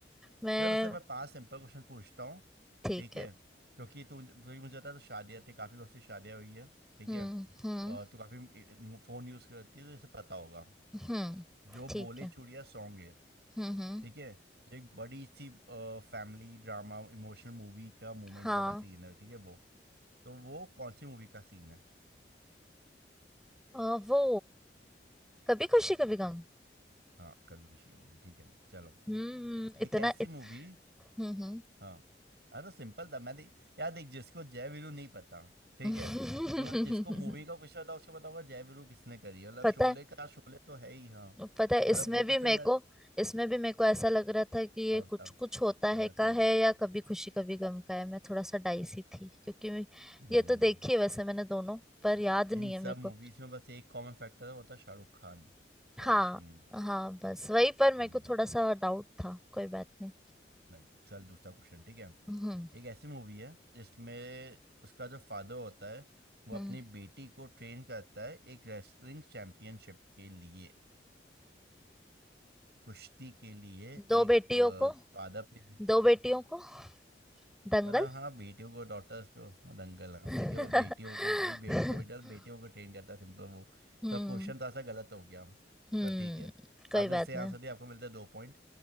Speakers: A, in the centre; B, on the right.
A: मैं
B: चल उससे मैं पांच सिंपल क्वेश्चन पूछता हूँ
A: ठीक
B: ठीक
A: है
B: है क्योंकि तू क्योंकि मुझे पता है तो शादियाँ थी काफ़ी दोस्तों की शादियाँ हुई है ठीक
A: हम्म
B: है
A: हम्म
B: और तू काफ़ी फ़ोन यूज़ करती है तो इसे पता होगा
A: हम्म
B: जो
A: ठीक
B: बोले
A: है
B: चूड़िया सॉन्ग है
A: हम्म हम्म
B: ठीक है जो एक बड़ी सी फैमिली ड्रामा इमोशनल मूवी का मूवमेंट
A: हाँ
B: वाला सीन है ठीक है वो तो वो कौन सी मूवी का सीन है
A: अ, वो कभी खुशी कभी गम
B: हाँ कभी खुशी हो ठीक है चलो
A: हम्म इतना
B: एक ऐसी
A: इत,
B: मूवी
A: हम्म हम्म
B: हाँ हाँ तो सिंपल था मैं दे- यार देख जिसको जय वीरू नहीं पता ठीक
A: <laughs>
B: है मतलब जिसको मूवी का कुछ पता उसको पता होगा जय वीरू किसने करी है मतलब
A: पता
B: शोले
A: है
B: का शोले तो है ही हाँ
A: पता है इसमें
B: मतलब वो तो
A: भी
B: फिर
A: मेरे
B: मैं
A: को इसमें भी मेरे को ऐसा लग रहा था कि ये
B: डाउट
A: कुछ
B: था
A: कुछ होता
B: गलत
A: है का
B: नाम
A: है या कभी खुशी कभी गम का है मैं थोड़ा सा डाइसी थी क्योंकि मैं-
B: नहीं
A: ये तो देखी है वैसे मैंने दोनों पर याद नहीं
B: इन
A: है मेरे
B: सब मूवीज
A: को
B: में बस एक कॉमन फैक्टर है वो था शाहरुख खान और
A: हाँ
B: कुछ भी नहीं
A: हाँ बस वही पर मेरे
B: हम्म,
A: को थोड़ा सा डाउट था कोई बात नहीं
B: नहीं चल दूसरा क्वेश्चन ठीक है
A: हम्म
B: एक ऐसी मूवी है जिसमें उसका जो फादर होता है वो
A: हम्म
B: अपनी बेटी को ट्रेन करता है एक रेसलिंग चैंपियनशिप के लिए कुश्ती के लिए
A: दो
B: एक
A: बेटियों को
B: फादर पे भी-
A: दो बेटियों को दंगल
B: मतलब हाँ बेटियों को डॉटर्स को दंगल हाँ
A: <laughs>
B: ठीक है वो बेटियों को एक बेटी दो बेटा बेटियों को ट्रेन करता है सिंपल वो
A: हम्म
B: तो क्वेश्चन थोड़ा सा गलत हो गया
A: हम्म
B: पर ठीक है
A: कोई
B: आपने
A: बात
B: सही
A: नहीं
B: आंसर दिया आपको मिलता है दो पॉइंट